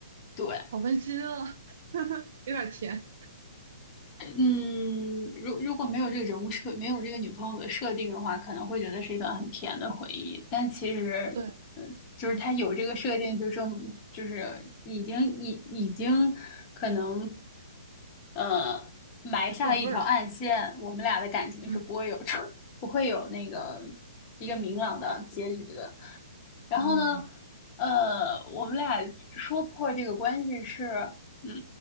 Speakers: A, on the left (about 20°); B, on the right (about 45°).
A: 对，
B: 好温馨啊，<laughs> 有点甜，
A: 嗯，如如果没有这个人物设，没有这个女朋友的设定的话，可能会觉得是一段很甜的回忆。但其实，
B: 对，
A: 嗯，就是他有这个设定，
B: 嗯，
A: 就证就是已经已已经可能，呃，埋下了一条暗线，
B: 变味儿，
A: 我们俩的感情是不会有出，
B: 嗯
A: <laughs> 不会有那个一个明朗的结局的。然后呢，
B: 嗯，
A: 呃，我们俩说破这个关系是，嗯，